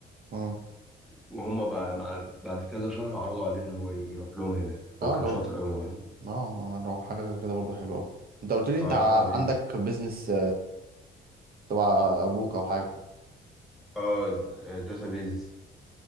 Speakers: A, on the right; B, in the centre.
A: امم
B: وهم بعد مع... بعد كذا شهر عرضوا عليه ان هو يروح لهم هناك
A: اه
B: هو كان
A: لو
B: شاطر قوي يعني
A: اه لو حاجه غير كده برضه حلوه قوي انت قلت لي انت
B: فعرضوا
A: ع-
B: عليه يروح
A: عندك بيزنس تبع ابوك او حاجه
B: اه داتابيز